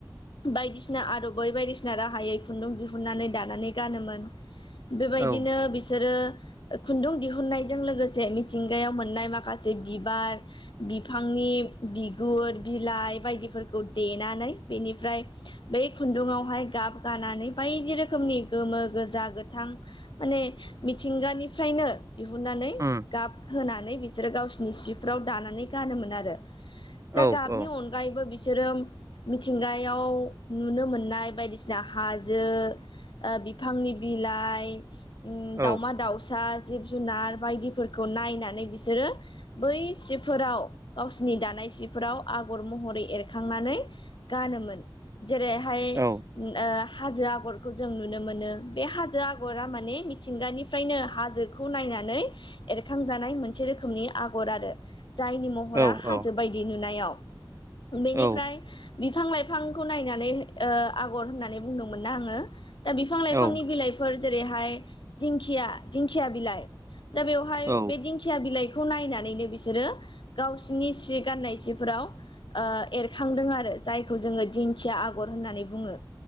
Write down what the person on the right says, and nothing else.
औ
उम
औ
औ
औ
औ
औ औ
औ
औ
औ